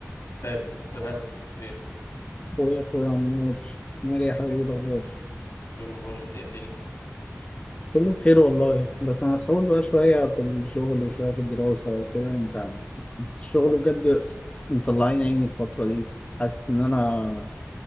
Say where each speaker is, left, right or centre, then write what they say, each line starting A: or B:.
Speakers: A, on the left; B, on the left.
A: استاذي استاذ هيثم ليه
B: اخويا اخويا عمور عامل ايه يا حبيبي إيه الاخبار
A: كله فل انت ايه الدنيا
B: كله بخير والله بس انا مسحول بقى شويه في الشغل وشويه في الدراسه وكده انت الشغل بجد مطلعين عيني الفتره دي حاسس ان انا